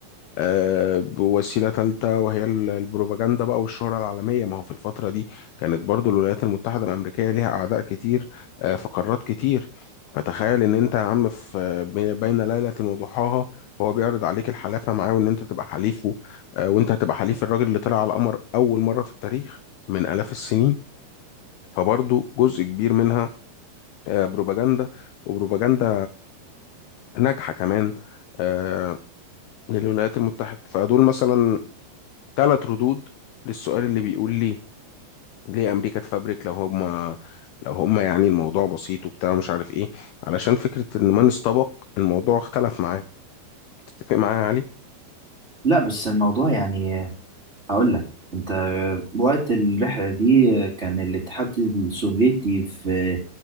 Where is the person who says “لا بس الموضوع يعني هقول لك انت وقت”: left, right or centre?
Right